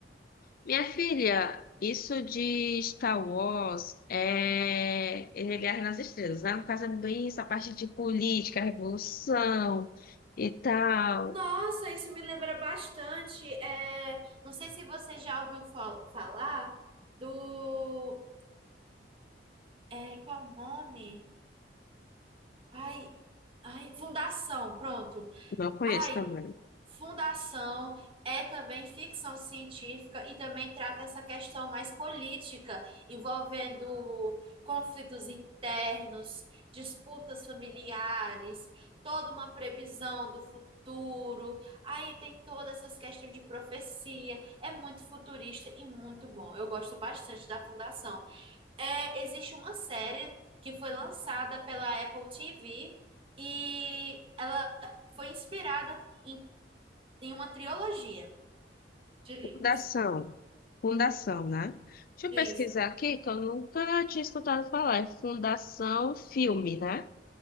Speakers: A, on the left (about 55°); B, on the right (about 30°).
A: Minha filha, isso de Star Wars é, ele é Guerra nas Estrelas, né? No caso é bem essa parte de política, revolução e tal.
B: Nossa, isso me lembra bastante. É, não sei se você já ouviu fal- falar do é, qual o nome? Ai, ai, fundação, pronto.
A: Não conheço
B: Ai,
A: também.
B: fundação é também ficção científica e também trata essa questão mais política, envolvendo conflitos internos, disputas familiares, toda uma previsão do futuro. Aí tem todas essas questões de profecia. É muito futurista e muito bom. Eu gosto bastante da fundação é, existe uma série que foi lançada pela Apple TV e ela foi inspirada em, em uma trilogia de livros.
A: Fundação. Fundação, né? Deixa eu
B: Isso.
A: pesquisar aqui, que eu nunca tinha escutado falar. É Fundação Filme, né?